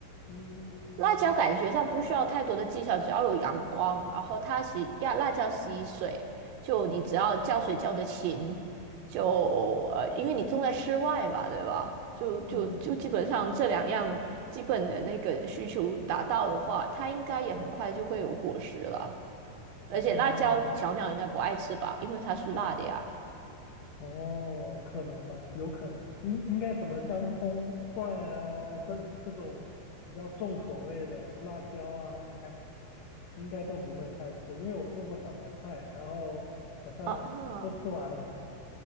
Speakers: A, on the left; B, on the right.
A: 嗯
B: 辣椒感觉上不需要太多的技巧，只要有阳光，然后它吸呀，辣椒吸水，就你只要浇水浇得勤，就呃，因为你种在室外吧，对吧？就就就基本上这两样基本的那个需求达到的话，
A: 嗯，
B: 它应该也很快就会有果实了。而且辣椒小鸟应该不爱吃吧，
A: 哦
B: 因为它是辣的呀。
A: 哦，可能吧，有可能。应应该什么姜、葱、蒜啊，这这种比较重口味的辣椒啊，应该应该都不会太吃，因为我做过小白菜，然后好像都吃完了。
B: 啊啊。